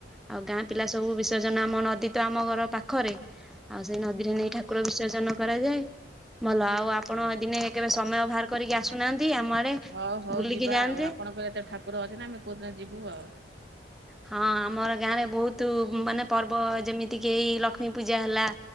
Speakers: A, in the centre; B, on the right (about 65°).
A: ଆଉ ଗାଁ ପିଲା ସବୁ ବିସର୍ଜନ ଆମ ନଦୀ ତ ଆମ ଘର ପାଖରେ ଆଉ ସେଇ ନଦୀରେ ନେଇ ଠାକୁର ବିସର୍ଜନ କରାଯାଏ ଭଲ ଆଉ ଆପଣ
B: ଆଜ୍ଞା
A: ଦିନେ କେବେ ସମୟ ବାହାର କରିକି ଆସୁନାହାନ୍ତି। ଆମ ଆଡେ
B: ହୋଉ ହୋଉ
A: ବୁଲିକି
B: ଯିବା
A: ଯାଆନ୍ତେ।
B: ଆଉ ଆପଣଙ୍କର ଏତେ ଠାକୁର ଅଛି ନା ଆମେ କୋଉଦିନ ଯିବୁ ଆଉ।
A: ହଁ ଆମର ଗାଁ ରେ ବହୁତୁ ମାନେ ପର୍ବ ଯେମିତି କି ଏଇ ଲକ୍ଷ୍ମୀ ପୂଜା ହେଲା